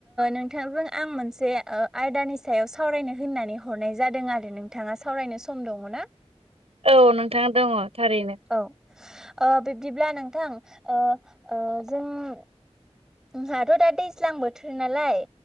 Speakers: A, in the centre; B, on the right.
A: नोंथांजों आं आं मोनसे आयदानि सायाव सावरायनो होननानै हरनाय जादों आरो नोंथाङा सावरायनो सम दङना? <inaudible>
B: औ नोंथां दङ थारैनो
A: औ ओ बिब्दिब्ला नोंथां ओ ओ जों - जोंहाथ दा दैज्लां बोथोर नालाय